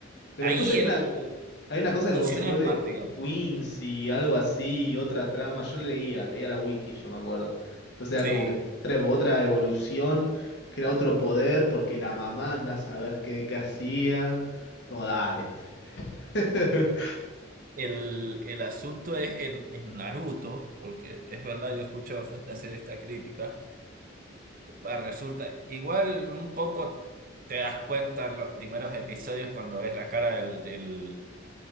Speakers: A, on the left; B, on the right.
A: Pero
B: Ahí
A: después hay
B: él
A: una, hay una cosa
B: funciona
A: que como se vuelve
B: en parte, digamos.
A: Quincy, algo así, otra trama. Yo leía, leía la wiki, yo me acuerdo. Entonces
B: Sí,
A: era como que otra, otra evolución, que era otro poder, porque la mamá anda a saber qué, qué hacía. Como dale. <laughs>
B: el, el asunto es en, en Naruto, porque es verdad, yo he escuchado gente hacer esta crítica. Pues resulta, igual un poco te das cuenta en los primeros episodios cuando ves la cara del, del